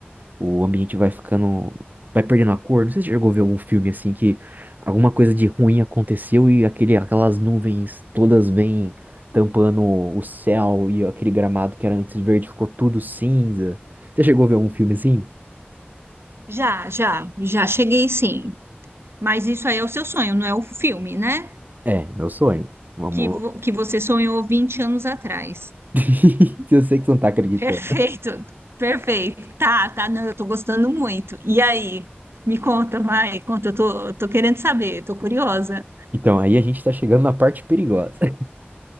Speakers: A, on the right; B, on the right.
A: o ambiente vai ficando. Vai perdendo a cor. Não sei se você chegou a ver algum filme assim que alguma coisa de ruim aconteceu e aquele, aquelas nuvens todas vêm tampando o céu e aquele gramado que era antes verde ficou tudo cinza. Você chegou a ver algum filme assim?
B: Já, já, já cheguei sim. Mas isso aí é o seu sonho, não é o filme, né?
A: É, meu sonho. Vamos.
B: Que, vo- que você sonhou 20 anos atrás.
A: <laughs> Eu sei que você não tá acreditando.
B: Perfeito, perfeito. Tá, tá, não, eu tô gostando muito. E aí? Me conta, vai, conta, eu tô, eu tô querendo saber, tô curiosa.
A: Então, aí a gente tá chegando na parte perigosa. <laughs>